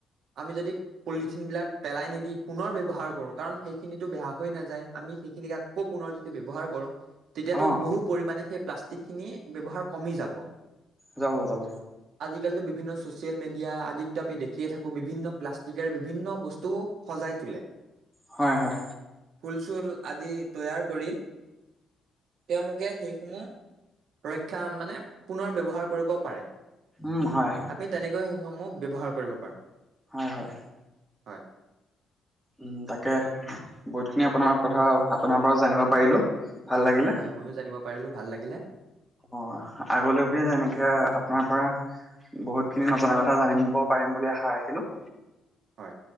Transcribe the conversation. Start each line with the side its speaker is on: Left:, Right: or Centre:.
Right: আমি যদি পলিথিন বিলাক পেলাই নিদি পুনৰ ব্যৱহাৰ কৰো কাৰণ সেইখিনিতো বেয়া হৈ নাযায়। আমি সেইখিনিক আকৌ পুনৰ যদি ব্যৱহাৰ কৰো তেতিয়াতো
Centre: অ
Right: বহু পৰিমণে সেই প্লাষ্টিক খিনি ব্যৱহাৰ কমি যাব।
Centre: যাব, যাব।
Right: আজিকালি বিভিন্ন চচিয়েল মিডিয়া আদিততো আমি দেখিয়ে থাকো বিভিন্ন প্লাষ্টিকৰ বিভিন্ন বস্তু সজাই শুলে।
Centre: হয়, হয়।
Right: ফুল চুল আদি তৈয়াৰ কৰি তেওঁলোকে সেইসমুহ ৰক্ষা মানে পুনৰ ব্যৱহাৰ কৰিব পাৰে।
Centre: উম হয়
Right: আমি তেনেকৈ সেইসমূহ ব্যৱহাৰ কৰিব পাৰো।
Centre: হয়, হয়।
Right: হয়।
Centre: উ তাকে বহুত খিনি আপোনাৰ কথা আপোনাৰ পৰা জানিব পাৰিলো ভাল লাগিলে
Right: হয় ময়ো জানিব পাৰিলো ভাল লাগিলে।
Centre: অ' আগলৈকো যে এনেকে আপোনাৰ পৰা বহুত খিনি নজনা কথা জানিব পাৰিম বুলি আশা ৰাখিলোঁ
Right: হয়।